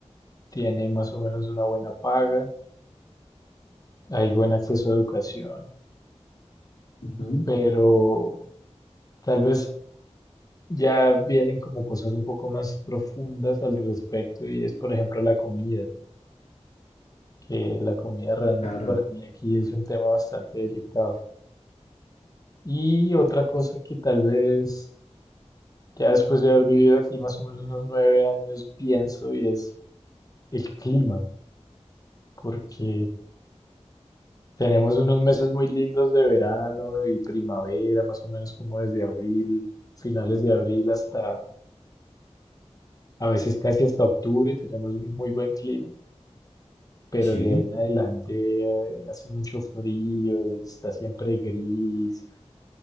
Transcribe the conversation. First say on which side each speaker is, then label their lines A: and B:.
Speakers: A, on the left (about 30°); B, on the left (about 85°).
A: tiene más o menos una buena paga, hay buen acceso a educación,
B: Ujú,
A: pero tal vez ya vienen como cosas un poco más profundas al respecto y es, por ejemplo, la comida, que la comida realmente
B: Claro,
A: para mí aquí es un tema bastante delicado. Y otra cosa que tal vez Ya después de haber vivido aquí más o menos unos nueve años, pienso, y es el clima, porque tenemos unos meses muy lindos de verano y primavera, más o menos como desde abril, finales de abril hasta, a veces casi hasta octubre, tenemos un muy buen clima, pero
B: sí.
A: de ahí en adelante eh, hace mucho frío y está siempre gris,